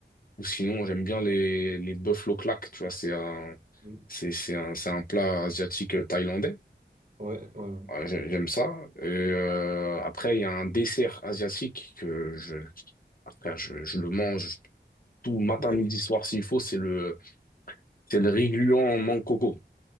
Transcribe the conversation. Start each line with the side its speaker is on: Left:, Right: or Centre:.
Left: ou sinon, j'aime bien les, les buffalo claques, tu vois, c'est un,
Right: Oui,
Left: c'est, c'est un, c'est un plat asiatique euh, thaïlandais.
Right: ouais, ouais. ouais.
Left: Ouais, j'ai- J'aime ça. Et euh, après, il y a un dessert asiatique que je, après, je, je le mange tout matin,
Right: <laughs>
Left: midi, soir s'il faut. C'est le, c'est le riz gluant en mangue coco.